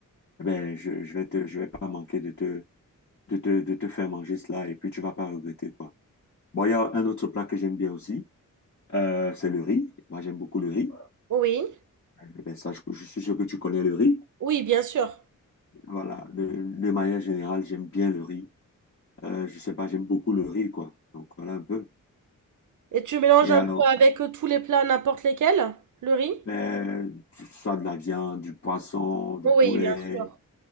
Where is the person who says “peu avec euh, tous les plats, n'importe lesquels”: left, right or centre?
Right